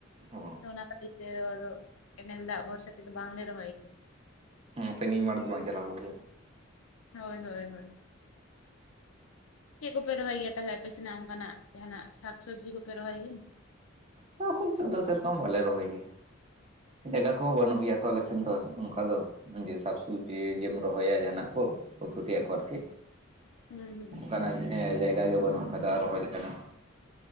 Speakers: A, on the right; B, on the left.
A: ᱦᱚᱸ।
B: ᱟᱫᱚ ᱚᱱᱟ ᱠᱷᱟᱹᱛᱤᱨ ᱛᱮ ᱟᱫᱚ ᱠᱮᱱᱮᱞ ᱫᱟᱜ ᱵᱷᱚᱨᱥᱟ ᱛᱮᱫᱚ ᱵᱟᱝ ᱞᱮ ᱨᱚᱦᱚᱭ ᱜᱮᱭᱟ।
A: ᱦᱩᱸ ᱥᱟᱺᱜᱤᱧ ᱢᱟᱴ ᱫᱚ ᱵᱟᱝ ᱪᱟᱞᱟᱣ ᱦᱩᱭᱩᱜ ᱜᱮᱭᱟ ᱛᱚ।
B: ᱦᱳᱭ ᱦᱳᱭ ᱦᱳᱭ। ᱪᱮᱜ ᱠᱚᱯᱮ ᱨᱚᱦᱚᱭ ᱜᱮᱭᱟ ᱛᱟᱦᱞᱮ ᱟᱯᱮ ᱥᱮᱱᱟᱜ ᱚᱱᱠᱟᱱᱟᱜ ᱡᱟᱦᱟᱱᱟᱜ ᱥᱟᱠ ᱥᱚᱵᱽᱡᱤ ᱠᱚᱯᱮ ᱨᱚᱦᱚᱭ ᱜᱮᱭᱟ?
A: ᱥᱟᱠ ᱥᱚᱵᱽᱡᱤ ᱫᱚ ᱥᱮᱨᱚᱠᱚᱢ ᱵᱟᱞᱮ ᱨᱚᱦᱚᱭ ᱜᱮᱭᱟ। ᱡᱟᱭᱜᱟ ᱠᱚᱦᱚᱸ ᱵᱟᱹᱱᱩᱜ ᱜᱮᱭᱟ ᱛᱚ ᱟᱞᱮᱥᱮᱱ ᱫᱚ ᱚᱱᱠᱟ ᱫᱚ। ᱡᱮ ᱥᱟᱠᱼᱥᱚᱵᱽᱡᱤ ᱡᱮᱢ ᱨᱚᱦᱚᱭᱟ ᱡᱟᱦᱟᱱᱟᱜ ᱠᱚ ᱩᱛᱩ ᱛᱮᱭᱟᱜ ᱠᱚ ᱟᱨᱠᱤ।
B: ᱦᱩᱸ ᱦᱩᱸ।
A: ᱚᱱᱠᱟᱱᱟᱜ ᱮᱸ ᱡᱟᱭᱜᱟ ᱜᱮ ᱵᱟᱹᱱᱩᱜ ᱟᱠᱟᱫᱟ ᱨᱚᱦᱚᱭ ᱞᱮᱠᱟᱱᱟᱜ।